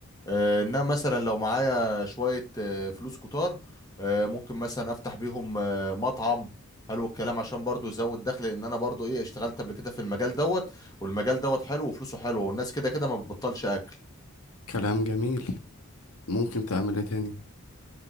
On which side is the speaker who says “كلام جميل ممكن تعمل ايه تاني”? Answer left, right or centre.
Left